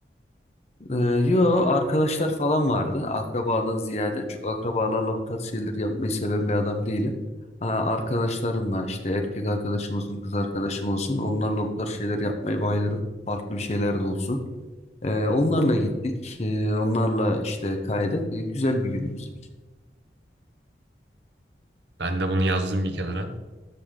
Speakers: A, on the left; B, on the right.
A: Ee, yo arkadaşlar falan vardı. Akrabadan ziyade çok akrabalarla bu tarz şeyleri yapmayı seven bir adam değilim. Ha, arkadaşlarımla işte erkek arkadaşım olsun kız arkadaşım olsun onlarla bu tarz şeyler yapmayı bayılırım. Farklı bir şeyler de olsun. Ee, onlarla gittik. Ee, onlarla işte kaydık. Ee, güzel bir gündü bizim için.
B: Ben de bunu yazdım bir kenara.